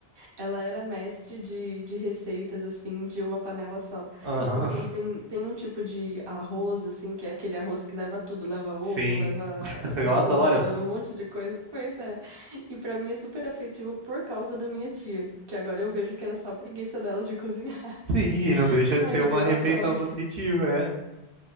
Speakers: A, on the right; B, on the right.
A: ela era mestre de, de receitas, assim, de uma panela só.
B: Aham,
A: Então
B: <laughs>
A: tem, tem um tipo de arroz, assim, que é aquele arroz que leva tudo, leva ovo,
B: sim,
A: leva
B: <laughs>
A: presunto,
B: eu adoro.
A: leva um monte de coisa. <laughs> Pois é. E pra mim é super afetivo por causa da minha tia, que agora eu vejo que era só preguiça dela de cozinhar,
B: Sim, e não
A: <laughs>
B: deixa
A: mas
B: de ser uma
A: eu
B: refeição
A: adoro.
B: nutritiva, é,